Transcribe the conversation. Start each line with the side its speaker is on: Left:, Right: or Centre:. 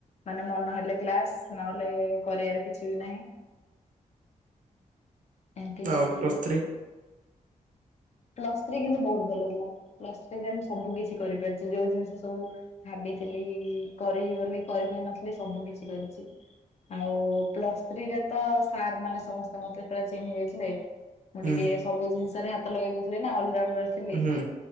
Left: ମାନେ ମନ ହେଲେ କ୍ଲାସ ନହେଲେ କରିବାର କିଛି ବି ନାହିଁ। ଏମିତି
Right: ଆଉ
Left: ସବୁ ଥିଲା।
Right: ପ୍ଲସ ଥ୍ରୀ
Left: ପ୍ଲସ୍ ଥ୍ରୀ କିନ୍ତୁ ବହୁତ ଭଲ ଥିଲା। ପ୍ଲସ ଥ୍ରୀ ରେ ମୁଁ ସବୁ କିଛି କରିପାରିଛି ଯୋଉ ଜିନିଷ ସବୁ ଭାବିଥିଲି କରିିବି ବୋଲି କରିପାରିନଥିଲି ସବୁ କିଛି କରିଛି। ଆଉ ପ୍ଲସ୍ ଥ୍ରୀ ରେ ତ ସାର୍ ମାନେ ସମସ୍ତେ ମତେ ପୁରା ଚିହ୍ନି ଯାଇଥିଲେ। ମୁଁ
Right: ହୁଁ
Left: ଟିକେ ସବୁ ଜିନିଷରେ ହାତ ଲଗେଇ ଦଉଥିଲି ନା ଅଲରା ଉଣ୍ଡର ଥିଲି
Right: ହୁଁ